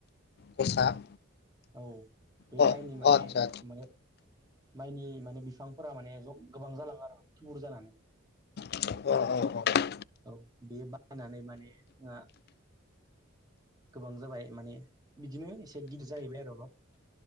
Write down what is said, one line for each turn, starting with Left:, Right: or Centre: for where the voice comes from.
Left: गसा अ
Right: औ बे
Left: अ
Right: माइनि माने
Left: आदसा आदसा
Right: माने माइनि माने बिफांफोरा माने ज गोबां जालाङो आरो थुबुर जानानै।
Left: अ अ अ।
Right: औ बेयो बायनानै माने जोंहा गोबां जाबाय माने बिदिनो एसे गिदिर जाहैबाय आरो <unintelligible>